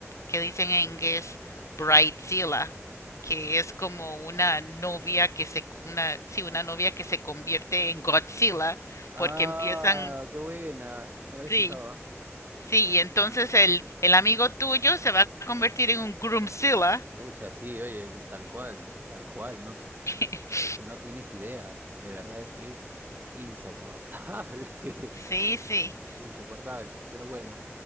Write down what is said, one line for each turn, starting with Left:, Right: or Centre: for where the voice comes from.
Left: que dicen en inglés bridezilla, que es como una novia que se, una, sí, una novia que se convierte en Godzilla,
Right: Ah,
Left: porque empiezan,
Right: qué buena. No lo había
Left: sí,
Right: escuchado, ¿ah?
Left: sí, y entonces el, el amigo tuyo se va a convertir en un groomzilla.
Right: Pucha, sí, oye, tal cual, tal cual. No,
Left: <laughs>
Right: es que no tienes idea. De verdad es, es insoportable.
Left: Sí,
Right: <laughs>
Left: sí.
Right: Insoportable. Pero bueno,